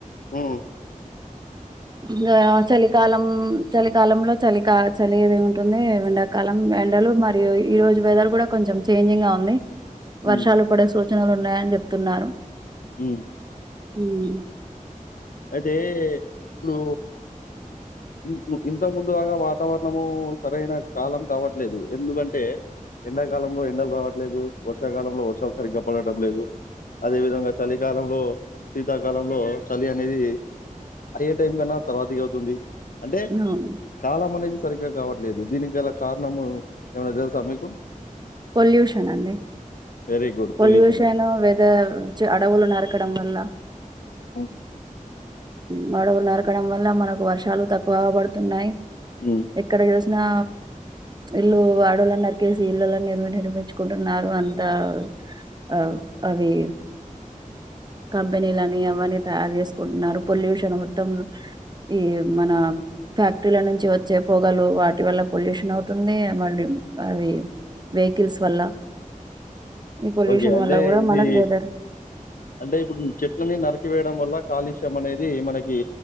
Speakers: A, on the left; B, on the right.
A: ఉమ్
B: ఇంగా చలికాలం చలికాలంలో చలిక చలి ఇది ఉంటుంది ఎండాకాలం ఎండలు మరియు ఈ రోజు వెదర్ గుడా కొంచం చేంజింగ్ గా ఉంది
A: ఉమ్,
B: వర్షాలు పడే సూచనలున్నాయని జెప్తున్నారు
A: ఉమ్
B: ఉమ్మ్
A: ఐతే ఇప్పుడు ఉమ్మ్ ఇంతక్ముందులాగ వాతావరణము సరైన కాలం కావట్లేదు ఎందుకంటే ఎండాకాలంలో ఎండలు రావట్లేదు వర్షాకాలంలో వర్షాలు సరిగ్గా పడటం లేదు అదే విధంగా చలికాలంలో శీతాకాలంలో చలి అన్ అనేది అయ్యేటైం కన్నా తర్వాతికి అవుతుంది అంటే
B: అవును.
A: కాలం అనేది సరిగా కావట్లేదు దీనిగ్గలా కారణము ఎమన్నా తెల్సా మీకు
B: పొల్యూషనండి
A: వెరీ గుడ్
B: పొల్యూషన్
A: పొల్యూషను.
B: వేద చ్ అడవులు నరకడం వల్ల
A: ఉమ్
B: మ్ అడవుల్ నరకడం వల్ల మనకు వర్షాలు తక్కువగా బడుతున్నాయి
A: హ్మ్.
B: ఎక్కడ జూస్న్ నా ఇల్లు అడవులను నర్కేసి ఇల్లల్ల నిర్మి-నిర్మించుకుంటున్నారు అంతా ఆ అవి కంపెనీలని అవ్వనీ తయారు జేస్కుంటున్నారు పొల్యూషను మొత్తం ఈ మనా ఫ్యాక్టరీల నుంచి ఒచ్చే పొగలు వాటి వల్ల పొల్యూషన్ అవుతుంది మళ్ళీ అవి వేహికిల్స్ వల్ల ఈ పొల్యూషన్
A: ఓకే. అంటే
B: వల్ల గుడా
A: ఇది
B: మనక్ వెదర్
A: అంటే ఇప్పుడ్ చెట్లని నరికివేయడం వల్ల కాలుష్యం అనేది మనకి